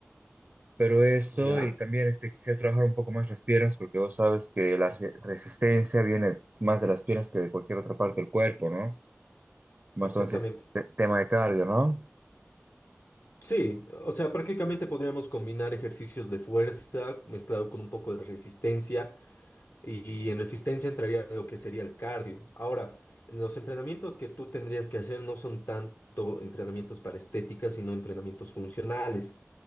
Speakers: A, on the right; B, on the left.
A: Pero esto,
B: ya,
A: y también este, quisiera trabajar un poco más las piernas porque vos sabes que la resi- resistencia viene más de las piernas que de cualquier otra parte del cuerpo, ¿no? Más
B: exactamente.
A: entonces, te- tema de cardio, no
B: Sí, o sea, prácticamente podríamos combinar ejercicios de fuerza mezclado con un poco de resistencia. y y en resistencia entraría lo que sería el cardio. Ahora, los entrenamientos que tú tendrías que hacer no son tanto entrenamientos para estética, sino entrenamientos funcionales,